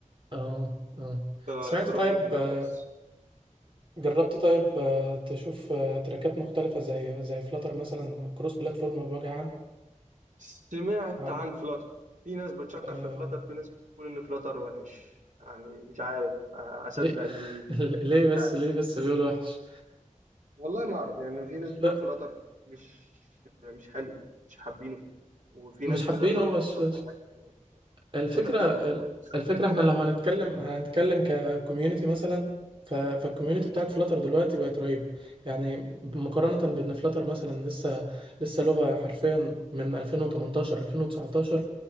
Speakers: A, on the right; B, on the right.
A: اه اه
B: آه،
A: سمعت
B: جروك
A: طيب
B: ممتاز
A: آه، جربت طيب آه، تشوف آه، تراكات مختلفه زي زي فلاتر مثلا كروس بلاتفورم بوجه عام
B: سمعت
A: عن
B: عن فلاتر في ناس بتشكر
A: آه...
B: في فلاتر في ناس بتقول ان فلاتر وحش يعني مش عارف آه، اصدق
A: ليه
B: مين
A: <laughs> ليه بس
B: مش عارف
A: ليه بس بيقول وحش
B: والله ما اعرف يعني في
A: مش
B: ناس بتقول
A: لا،
B: فلاتر مش مش حلو مش حابينه وفي
A: مش
B: ناس
A: حابينه
B: بتقول لك لا فلاتر
A: بس
B: ده حلو
A: الفكرة
B: فلاتر حلو كويس
A: الفكرة احنا لو هنتكلم هنتكلم ككوميونتي مثلا ف... فالكوميونتي بتاعت فلاتر دلوقتي بقت رهيبة يعني مقارنة بان فلاتر مثلا لسه لسه لغة حرفيا من 2018 2019